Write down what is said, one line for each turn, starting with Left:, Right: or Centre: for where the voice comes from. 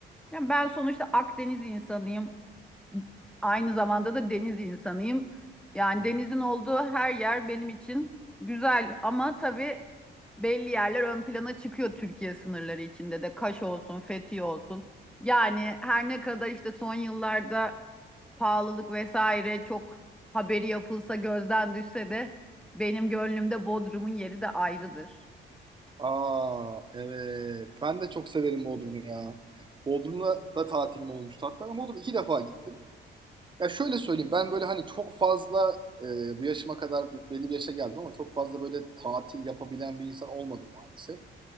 Centre: Yani ben sonuçta Akdeniz insanıyım. Aynı zamanda da deniz insanıyım. Yani
Right: Hı.
Centre: denizin
Right: hı.
Centre: olduğu her yer benim için güzel ama tabii belli yerler ön plana çıkıyor Türkiye sınırları içinde de. Kaş olsun, Fethiye olsun. Yani her ne kadar işte son yıllarda pahalılık vesaire çok haberi yapılsa gözden düşse de benim gönlümde Bodrum'un yeri de ayrıdır.
Right: Aa evet. Ben de çok severim Bodrum'u ya. Bodrum'da da tatilim olmuştu. Hatta ben Bodrum iki defa gittim. Ya şöyle söyleyeyim ben böyle hani çok fazla e, bu yaşıma kadar bu- belli bir yaşa geldim ama çok fazla böyle tatil yapabilen bir insan olmadım maalesef.